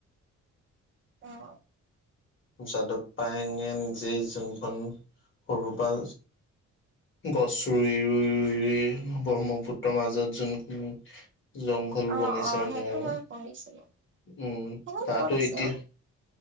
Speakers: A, on the right; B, on the left.
A: অ'।
B: যাদৱ পায়ঙে নিজেই যোনখন সৰু পৰা গছ ৰুই-ৰুই-ৰুই-ৰুই ব্ৰহ্মপুত্ৰৰ মাজত যোনখিনি জংঘল
A: অ
B: বনাইছে
A: অ
B: মানে
A: সেইটো
B: আৰু।
A: মই পঢ়িছিলো
B: উম
A: সেইখন
B: তাতো
A: ক'ত আছে
B: এতিয়া
A: অ